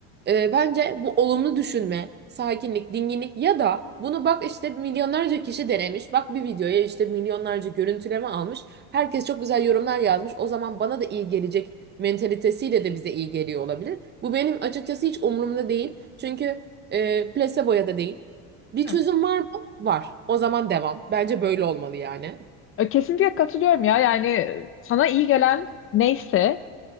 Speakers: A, on the right; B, on the left.
A: ee, bence bu olumlu düşünme, sakinlik, dinginlik ya da bunu bak işte milyonlarca kişi denemiş. Bak bir videoya işte milyonlarca görüntüleme almış. Herkes çok güzel yorumlar yazmış. O zaman bana da iyi gelecek mentalitesiyle de bize iyi geliyor olabilir. Bu benim açıkçası hiç umurumda değil. Çünkü e, placebo'ya da değil. Bir
B: Evet.
A: çözüm var mı? Var. O zaman devam. Bence böyle olmalı yani.
B: E, Kesinlikle katılıyorum ya. Yani e, sana iyi gelen neyse